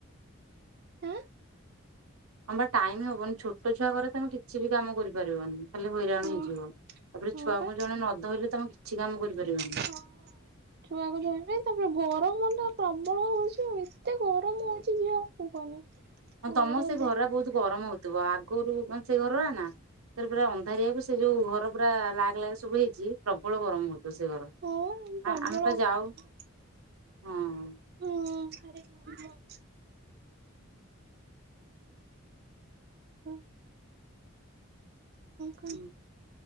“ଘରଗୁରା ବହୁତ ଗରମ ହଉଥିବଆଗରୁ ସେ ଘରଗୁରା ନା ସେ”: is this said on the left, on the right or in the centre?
Right